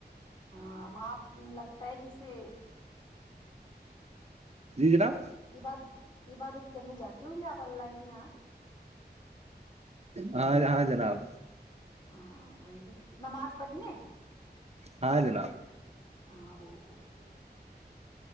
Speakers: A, on the left; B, on the right.
A: ہاں ہ لگتا ہے جیسے
B: جی جناب
A: ج بع <unintelligible> یہ بات کرنے جاتی ہوں گی آپ اللہ کی یہاں
B: ہاں ہاں جناب
A: ہاں وہی نماز پڑھنے
B: ہاں جناب
A: ہاں وہی تو